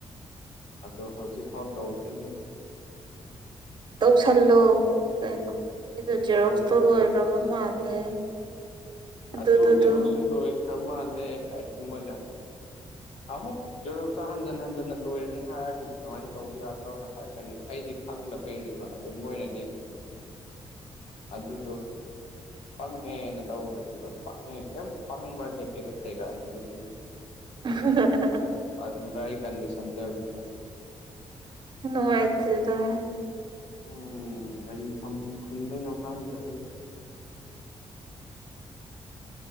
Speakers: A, on the left; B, on the right.
A: ꯑꯗꯣ ꯍꯧꯖꯤꯛ ꯐꯥꯎ ꯇꯧꯗꯅꯤ
B: ꯇꯧꯁꯜꯂꯣ ꯀꯩꯅꯣ ꯑꯩꯗꯣ ꯖꯦꯔꯣꯛꯁꯇꯣ
A: ꯇꯧꯅꯤꯡꯗꯕꯗꯣ
B: ꯂꯣꯏꯈ꯭ꯔꯕ ꯃꯥꯜꯂꯦ ꯑꯗꯨꯗꯨꯗꯨ
A: ꯑ ꯑꯗꯨꯖꯔꯣꯁꯨ ꯂꯣ ꯈ꯭ꯔꯔ ꯃꯥꯦ ꯃꯅ ꯑꯃꯨꯛ ꯖꯦꯔꯣꯁ ꯍꯟꯖꯟ ꯍꯟꯖꯟꯅ ꯂꯣꯏꯔꯅꯤ ꯍꯥꯏꯔꯗꯤ ꯀꯃꯥꯏꯅ ꯇꯧꯕ ꯌꯥꯗ꯭ꯔꯣꯅ ꯍꯥꯏꯔꯛꯀꯅꯦꯕ ꯑꯩꯗꯤ ꯈꯪꯗꯕꯩꯅꯦꯕ ꯑꯗꯨ ꯃꯣꯏꯅꯗꯤ ꯑꯗꯨꯗꯣ ꯐꯪꯉꯦꯅ ꯂꯧꯧꯈ꯭ꯔꯅꯤꯕ ꯐꯪꯉꯦ ꯀꯩꯝ ꯄꯪꯕ ꯀꯩ ꯀꯩꯗꯣ ꯆꯩꯔꯛꯑꯅꯤꯕꯗꯤ
B: <unintelligible>
A: ꯄꯟ ꯑꯩ ꯀꯟꯁꯟꯗꯒ
B: ꯅꯣꯥꯏꯇꯗ
A: ꯎꯝ ꯀꯔꯤ ꯈꯨꯝꯗꯣꯏꯅꯣ ꯈꯥꯡꯕ ꯆ